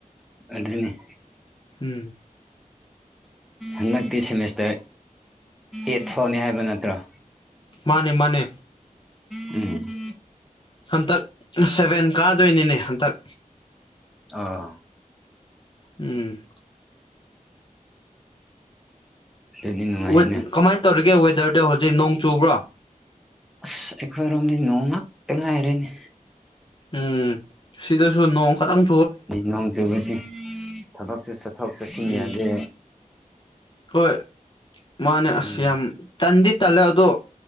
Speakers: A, in the centre; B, on the left.
A: ꯑꯗꯨꯅꯦ
B: ꯎꯝ
A: ꯍꯟꯗꯛꯇꯤ ꯁꯦꯃꯤꯁꯇ꯭ꯔ ꯑꯦꯠ ꯐꯥꯎꯅꯤ ꯍꯥꯏꯕ ꯅꯠꯇ꯭ꯔꯣ
B: ꯃꯥꯅꯦ ꯃꯥꯅꯦ
A: ꯎꯝ
B: ꯍꯟꯇꯛ ꯁꯚꯦꯟ ꯀꯥꯗꯣꯏꯅꯤꯅꯦ ꯍꯟꯇꯛ
A: ꯑꯥ
B: ꯎꯝ
A: ꯑꯗꯨꯗꯤ ꯅꯨꯡꯉꯥꯏꯅꯦ
B: ꯋꯦꯠ ꯀꯃꯥꯏꯟ ꯇꯧꯔꯤꯒꯦ ꯋꯦꯗꯔꯗꯣ ꯍꯧꯖꯤꯛ ꯅꯣꯡ ꯆꯨꯕ꯭ꯔꯣ
A: ꯑꯁ ꯑꯩꯈꯣꯏꯔꯣꯝꯗꯤ ꯅꯣꯡ ꯉꯥꯛꯇꯥ ꯉꯥꯏꯔꯦꯅꯦ
B: ꯎꯝ ꯁꯤꯗꯁꯨ ꯅꯣꯡ ꯈꯛꯇꯪ
A: ꯅꯣꯡ ꯆꯨꯕꯁꯤ ꯊꯕꯛꯁꯨ ꯆꯠꯊꯣꯛ ꯆꯠꯁꯤꯟ
B: ꯎꯝ
A: ꯌꯥꯗꯦ
B: ꯍꯣꯏ ꯃꯥꯅ ꯑꯁ
A: ꯎꯝ
B: ꯌꯥꯝ ꯇꯟꯗꯤ ꯇꯜꯂꯦ ꯑꯗꯣ